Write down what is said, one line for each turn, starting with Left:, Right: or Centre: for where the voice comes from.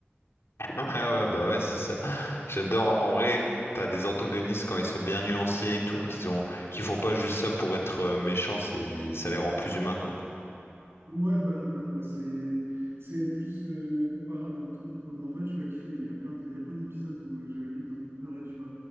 Left: <laughs> ouais, ouais, bah ouais, c'est ça. J'adore. En vrai, t'as des antagonistes quand ils sont bien nuancés et tout, qu'ils ont... qu'ils font pas juste ça pour être euh, méchants, c'est... ça les rend plus humains quoi.
Right: Ouais, voilà, voilà. Bah, c'est, c'est plus euh, comparable à notre monde, quoi. Mais en vrai, tu vas kiffer. Il y a plein de, il y a plein d'épisodes où euh, j'avais limite envie de pleurer, tu vois.